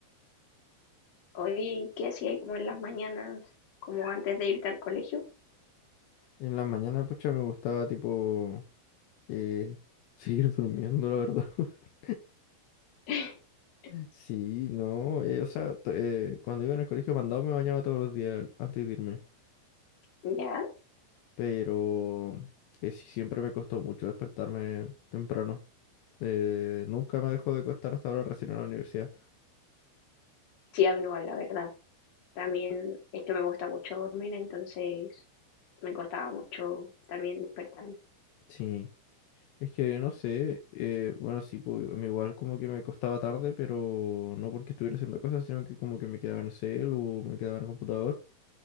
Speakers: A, on the left; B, on the left.
A: Oye, ¿qué hacía como en las mañanas, como antes de irte al colegio?
B: En las mañanas, pucha, me gustaba, tipo, eh, <laughs> seguir durmiendo, la verdad. <laughs>
A: <laughs>
B: Sí, no, eh, o sea, to- eh, cuando iba en el colegio mandado me bañaba todos los días antes de irme.
A: Ya,
B: pero que sí, siempre me costó mucho despertarme temprano. Eh, nunca me dejó de costar hasta ahora recién en la universidad.
A: sí, a mí igual, la verdad. También es que me gusta mucho dormir, entonces me costaba mucho también despertarme.
B: Sí, es que no sé, eh, bueno, sí, pues, a mí igual como que me costaba tarde, pero no porque estuviera haciendo cosas, sino que como que me quedaba en el cel o me quedaba en el computador.